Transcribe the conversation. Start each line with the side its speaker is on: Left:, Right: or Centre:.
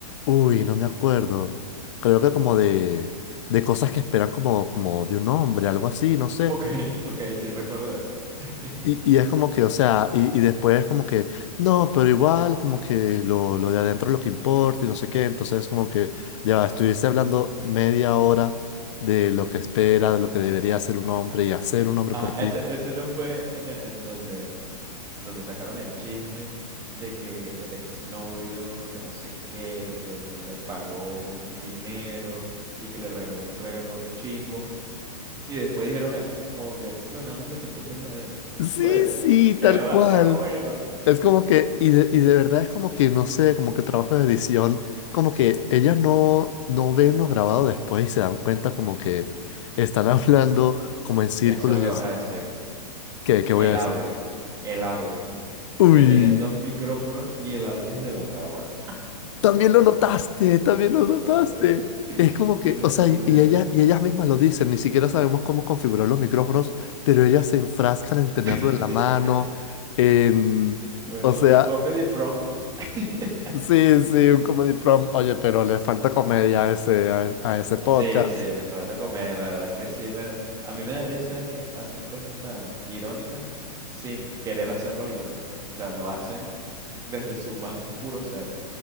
Left: uy, no me acuerdo, creo que como de, de cosas que esperan como, como de un hombre, algo así, no sé.
Right: Ok, <laughs> ok, sí recuerdo eso. <laughs>
Left: Y, y es como que, o sea, y, y después es como que, no, pero igual como que lo, lo de adentro es lo que importa y no sé qué. Entonces es como que, ya va, estuviste hablando media hora de lo que espera, de lo que debería hacer un hombre y hacer un hombre
Right: Ah,
Left: por ti.
Right: ese, ese no fue en, e- en donde, en donde sacaron el chisme de que el exnovio, que no sé qué, que no le pagó un, un dinero y que le regaló un regalo chimbo. Y después dijeron eso, como que, no, nada más lo que importa es lo de adentro.
Left: Sí,
Right: Fue ese.
Left: sí,
Right: Es
Left: tal
Right: demasiado
Left: cual.
Right: bueno.
Left: Es como que, y de, y de verdad es como que, no sé, como que el trabajo de edición, como que ellas no, no ven lo grabado después y se dan cuenta como que están <laughs> hablando como en círculos
Right: Ya sé lo que
Left: y
Right: vas
Left: es,
Right: a decir.
Left: ¿qué,
Right: L-
Left: qué voy
Right: El
Left: a decir?
Right: audio, el audio.
Left: Uy,
Right: que tienen dos micrófonos y el audio es de la cámara.
Left: también lo notaste, también lo
Right: Yo lo
Left: notaste.
Right: noté,
Left: Es como que,
Right: yo lo
Left: o
Right: noté.
Left: sea, y, y ellas, y ellas mismas lo dicen, ni siquiera sabemos cómo configurar los micrófonos, pero ellas se enfrascan en tenerlo
Right: <laughs>
Left: en la mano, en...
Right: Bueno,
Left: O sea,
Right: un comedy prompt. <laughs>
Left: Sí, sí, un comedy prompt. Oye, pero le falta comedia a ese, a, a ese podcast.
Right: Sí, sí, le falta comedia, la verdad es que sí me... A mí me da risa es que hacen cosas tan irónicas sin querer hacerlos irónicas. O sea, lo hacen desde su más puro ser,